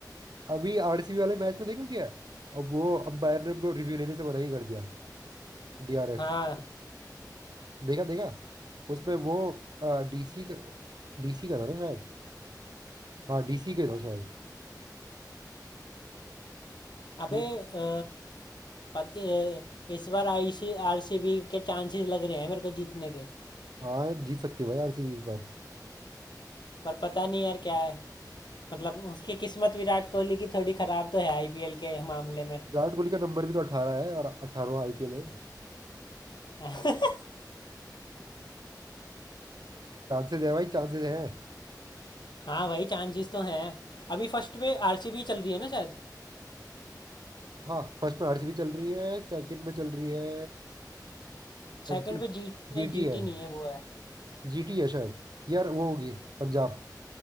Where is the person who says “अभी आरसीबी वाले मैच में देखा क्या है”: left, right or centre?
Right